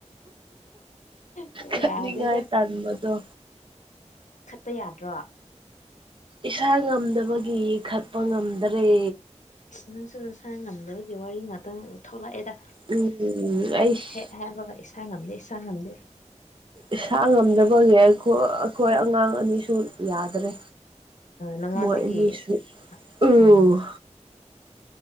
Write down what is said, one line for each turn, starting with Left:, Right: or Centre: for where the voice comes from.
Left: ꯌꯥꯗꯦꯗ
Right: ꯈꯠꯅꯤꯡꯉꯥꯏ ꯇꯥꯟꯕꯗꯣ
Left: ꯈꯠꯄ ꯌꯥꯗ꯭ꯔꯣ
Right: ꯏꯁꯥ ꯉꯝꯗꯕꯒꯤ ꯈꯠꯄ ꯉꯝꯗꯔꯦ
Left: ꯅꯪꯁꯨ ꯅꯁꯥ ꯉꯝꯗꯕꯒꯤ ꯋꯥꯔꯤ ꯉꯥꯛꯇꯪ ꯊꯣꯛꯂꯛꯑꯦꯗ
Right: ꯎꯝ ꯑꯩꯁ
Left: ꯍꯦꯛ ꯍꯥꯏꯕꯒ ꯏꯁꯥ ꯉꯝꯗꯦ ꯏꯁꯥ ꯉꯝꯗꯦ
Right: ꯏꯁꯥ ꯉꯝꯗꯕꯒꯤ ꯑꯩꯈꯣꯏ ꯑꯉꯥꯡ ꯑꯅꯤꯁꯨ ꯌꯥꯗ꯭ꯔꯦ
Left: ꯅꯪꯉꯣꯟꯗꯒꯤ
Right: ꯃꯣꯏ ꯑꯅꯤꯁꯨ ꯎꯝ
Left: ꯑꯥ